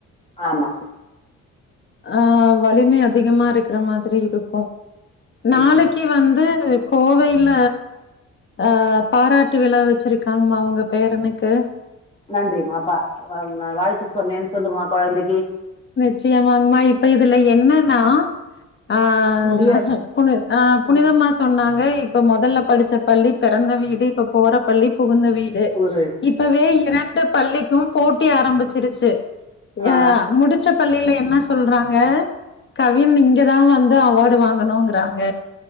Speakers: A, on the left; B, on the left.
A: ஆமா
B: ஆஹ் வலிமை அதிகமா இருக்குற மாதிரி இருக்கு நாளைக்கு
A: ம்
B: வந்து கோவையில அஹ் பாராட்டு விழா வச்சிருக்காங்மா உங்க பேரனுக்கு
A: நன்றிமா பா நா வாழ்த்து சொன்னேன் சொல்லுமா கொழந்தைக் ஏ
B: ச்சியமாங்மாய் இப்ப இதுல என்னன்னா ஆஹ்
A: முடிய
B: புனி ஆஹ் புனிதம்மா
A: ம்,
B: சொன்னாங்க இப்ப முதல்ல படிச்ச பள்ளி பிறந்த வீடு இப்ப போற பள்ளி புகுந்த வீ இது
A: ஒரு
B: இப்பவே இரண்டு பள்ளிக் இப்பவும் போட்டி ஆரம்பிச்சிருச்சு
A: ஆ
B: எ முடிச்ச பள்ளியில என்ன சொல்றாங்க கவின் இங்கதா வந்து அவார்டு வாங்கணுங்குறாங்க